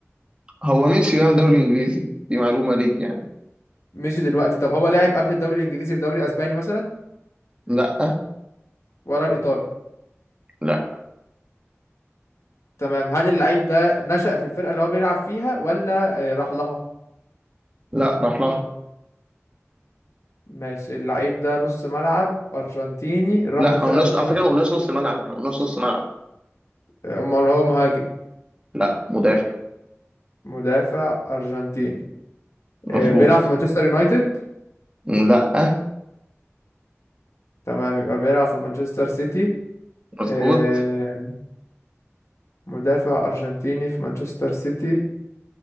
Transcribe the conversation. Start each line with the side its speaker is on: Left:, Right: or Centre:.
Right: هو ماشي بقى من الدوري الانجليزي دي معلومة ليك يعني
Left: مش دلوقتي طب هو لعب قبل الدوري الانجليزي في دوري اسباني مثلا
Right: لا
Left: ورا الايطالي
Right: لا
Left: تمام هل اللعيب ده نشأ في الفرقة اللي هو بيلعب فيها ولا آه، راح لها
Right: لا راح لها
Left: ماشي اللعيب ده نص ملعب ارجنتيني راح
Right: لا
Left: لفرقة
Right: ما قلناش
Left: من فرق
Right: على فكره ما قلناش نص ملعب احنا ما قلناش نص ملعب
Left: امال هو مهاجم
Right: لا مدافع
Left: مدافع ارجنتيني
Right: مظبوط
Left: آه، بيلعب في مانشستر يونايتد
Right: لا
Left: تمام يبقى بيلعب في مانشستر سيتي
Right: مظبوط
Left: آه، مدافع أرجنتيني في مانشستر سيتي